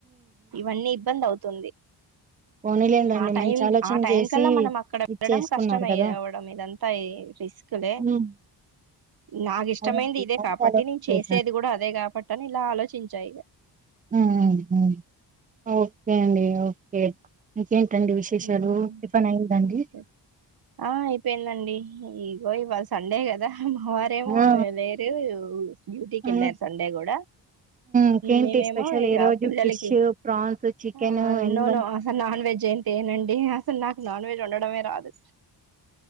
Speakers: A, on the right (about 55°); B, on the right (about 20°).
A: ఇవన్నీ ఇబ్బన్ దౌతుంది
B: <inaudible>
A: ఆ టైం
B: మంచి ఆలోచన
A: ఆ టైం
B: చేసి
A: కల్లా మనం అక్కడ
B: ఇది
A: వెళడం
B: చేసుకున్నారు
A: కష్టం అయె
B: కదా
A: అవడం ఇదంతా ఈ రిస్ స్కులే
B: ఉమ్.
A: నాగిష్ ష్టమైంది
B: అలా
A: ఇదే
B: అలా
A: కాపట్టి
B: చాలా
A: నేను
B: చేశారు
A: చేసేది గూడా అదే కాబట్టి అని ఇలా ఆలోచించా ఇగ
B: ఊహూ ఓకే అండి ఓకే ఏంటండి విశేషాలు
A: హ్మ్.
B: టిఫన్ అయ్యిందా అండి
A: అంతే. ఆ అయిపోయిందండి ఇగో ఇవాళ సండే గదా హూ వారేమో
B: ఆ
A: లేరు డ్యూటీకెళ్ళారు
B: ఆ హ్మ్.
A: సండే కూడా
B: ఇంకేంటి
A: నేనేమో
B: స్పెషల్
A: ఇగ
B: ఈ రోజు
A: పిల్లలకి
B: ఫిష్ ప్రాన్స్ chicken
A: ఆ
B: any
A: no
B: one
A: no అసలు నాన్ వెజ్ ఏం తి ఏనండి అసలు నాకు నాన్ వెజ్ వొండడమే రాదు